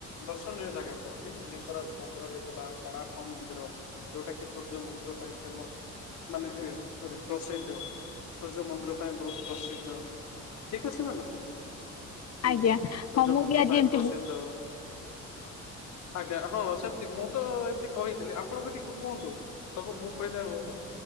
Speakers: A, on the left; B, on the left.
A: ଦର୍ଶନୀୟ ଜାଗା କହୁଛି ଲିଙ୍ଗରାଜ ମନ୍ଦିର ହେଇଗଲା କୋଣାର୍କ ମନ୍ଦିର। ଯୋଉଟା କି ସୂର୍ଯ୍ୟ ମନ୍ଦିର ପାଇଁ ଫେମସ୍ ମାନେ। ସରି ପ୍ରସିଦ୍ଧ ସୂର୍ଯ୍ୟ ମନ୍ଦିର ପାଇଁ ବହୁତ ପ୍ରସିଦ୍ଧ ଠିକ ଅଛି ମ୍ୟାଡ଼ାମ। ହୁଁ
B: ଆଜ୍ଞା ହଁ
A: ସୂର୍ଯ୍ୟ
B: ମୁଁ
A: ମନ୍ଦିର
B: ବି ଆଜି
A: ପାଇଁ
B: ଏମତି
A: ପ୍ରସିଦ୍ଧ ଆଜ୍ଞା ହଁ ସେମିତି ମୁଁ। ତ ଏତି କହିଥିଲି ଆପଣ ବି ଟିକେ କୁହନ୍ତୁ ସବୁ ମୁଁ କହିଲି ଭାବୁଛି